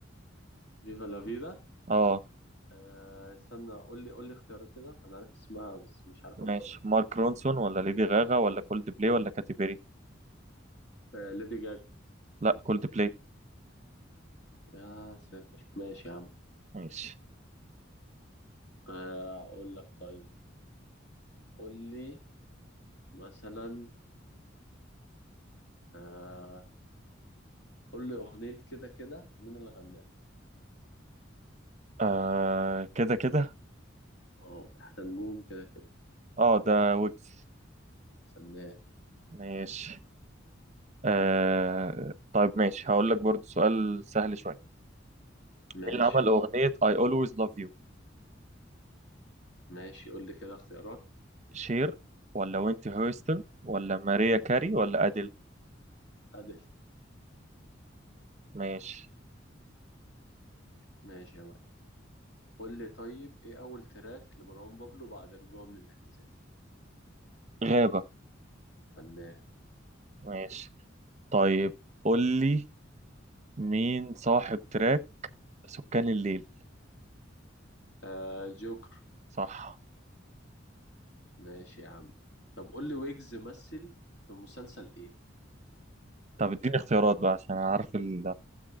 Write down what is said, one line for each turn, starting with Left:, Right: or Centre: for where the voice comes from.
Left: فيفا لا فيدا
Right: اه
Left: آه استنى قول لي قول لي اختيارات كده أنا عارف اسمها بس مش عارف أنطقها
Right: ماشي مارك رونسون ولا ليدي غاغا ولا كولد بلاي ولا كاتي بيري
Left: آه ليدي جاجا
Right: لا كولد بلاي
Left: يا ساتر ماشي يا عم
Right: ماشي
Left: آه أقول لك طيب قول لي مثلا آه قول لي أغنية كده كده مين اللي غناها
Right: آه كده كده
Left: اه احنا نجوم كده كده
Right: اه ده ويجز
Left: فنان
Right: ماشي آه طيب ماشي هقول لك برضو سؤال سهل شوية
Left: ماشي
Right: مين اللي عمل أغنية I always love you
Left: ماشي قول لي كده اختيارات
Right: شير ولا وينتي هيوستن ولا ماريا كاري ولا أديل
Left: أدل
Right: ماشي
Left: ماشي يا معلم قول لي طيب ايه أول تراك لمروان بابلو بعد رجوعه من الاعتزال
Right: غابة
Left: فنان
Right: ماشي طيب قول لي مين صاحب تراك سكان الليل
Left: آه جوكر
Right: صح
Left: ماشي يا عم طب قول لي ويجز مثل في مسلسل ايه
Right: طب اديني اختيارات بقى عشان أنا عارف ال...